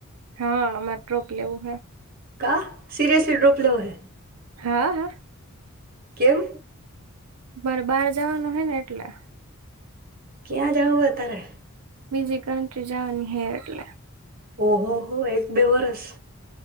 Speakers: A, on the right; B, on the right.
A: હા, માર ટ્રોપ લેવું હે.
B: કા સીરીયસલી ડ્રોપ લેવો હે?
A: હા, હા.
B: કેમ?
A: મારે બહાર જવાનું હે ને એટલે.
B: ક્યાં જાઉ હે તારે?
A: બીજી કન્ટરી જાવાની હે એટલે.
B: ઓહ હો હો, એક બે વરસ.